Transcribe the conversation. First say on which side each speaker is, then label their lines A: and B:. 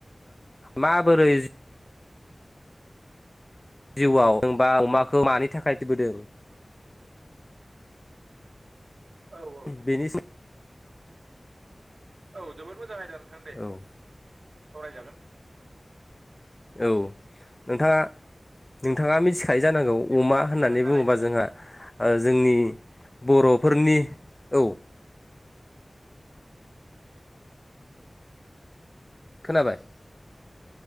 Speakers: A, on the left (about 30°); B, on the right (about 85°).
A: माबोरै जिउआव जबा अमाखौ मानि थाखायबोदों
B: औ औ
A: बेनि
B: औ जोबोद मोजां आयदा नोंथां दे
A: औ
B: सावरायजागोन
A: औ नोंथाङा नोंथाङा मिथिखायो जानांगौ
B: दे बिदिब्ला
A: अमा होननानै
B: नोंथाङानो जागायजेनदो
A: बुङोबा जोंहा जोंनि बर'फोरनि औ खोनाबाय